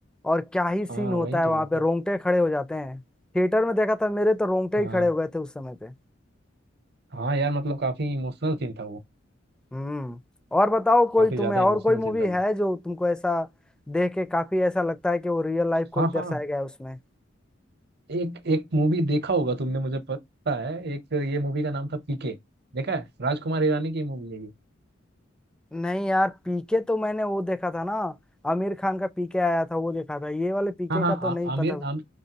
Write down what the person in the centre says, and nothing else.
और क्या ही सीन
होता
है
वहां
पे रोंगटे खड़े हो जाते हैं थिएटर में देखा था मेरे तो रोंगटे
ही खड़े हो गए थे उस समय पे
हम्म और बताओ कोई
तुम्हें
और
कोई मूवी
है
जो तुमको ऐसा देख के काफी ऐसा लगता है कि वो रियल लाइफ को
ही दर्शाया
गया है उसमें
नहीं यार पीके तो मैंने वो देखा था ना आमिर खान का पीके आया था वो देखा था ये वाले पीके
का तो नहीं
पता